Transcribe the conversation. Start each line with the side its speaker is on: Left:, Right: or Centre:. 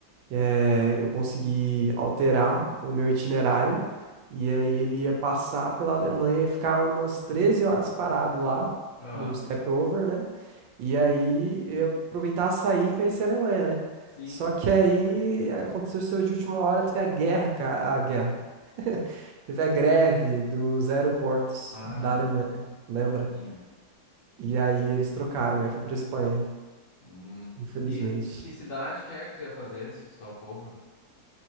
Right: É, eu consegui alterar o meu itinerário e aí ele ia passar pela Alemanha e ficar umas 13 horas parado lá,
Left: Aham,
Right: num step over, né? E aí eu aproveitar sair e conhecer a Alemanha, né?
Left: sim.
Right: Só que aí aconteceu isso de última hora, teve a guerra, cara, a guerra. <laughs> Teve a greve dos aeroportos
Left: Ah,
Right: da Alemanha, lembra?
Left: sim.
Right: E aí eles trocaram, aí eu fui pra Espanha,
Left: Hum.
Right: infelizmente.
Left: E que cidade que é que tu ia fazer esse stopover?